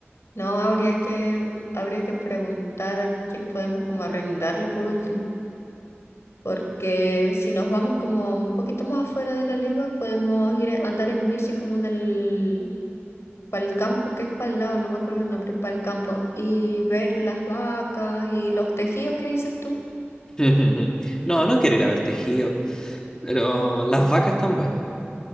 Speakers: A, on the left; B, on the left.
A: No, habría que, habría que preguntar a quién podemos como arrendarle por último, porque si nos vamos como un poquito más afuera de la ligua, podemos ir a andar en bici como en el para el campo, que es para el lado, no me acuerdo el nombre, para el campo, y ver las vacas y los tejidos que dices tú.
B: <laughs> No, no quiero ir a ver tejido, pero las vacas están buenas.